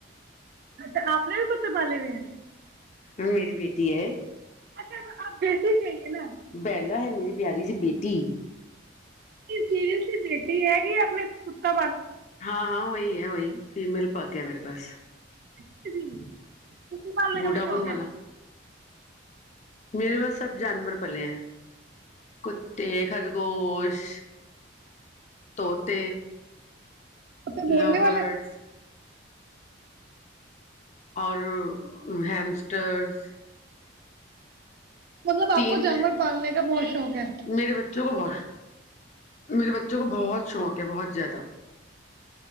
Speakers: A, on the right; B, on the left.
A: اچھا آپ نے بھی کتے پالے بھی ہیں
B: ہاں میری بیٹی ہے
A: اچھا آپ بیھ ہی چاہیے نا
B: بہلا ہے میری پیاری س بیٹی
A: ج ج کی بیٹی ہےگ اپنے پتا
B: ہاں ہاں وہی ہے وہی فیمل پگ گیا میرے پاس
A: کت بھی کٹی پالنے
B: ووڈا
A: کا بھی شوق
B: فون والا
A: ہے
B: میرے بس سب جانور پلے ہیں کتے خرگوش طوط
A: کتے بولنے
B: لورڈس
A: والے
B: اور ہیمسٹرس
A: مطلب
B: تین
A: آپ کو جانور پالنے کا بہت شوق ہے
B: میرے بچوں کو بہت میرے بچے <unintelligible> جو بہت شوق ہے بہت زیادہ <unintelligible> <inaudible>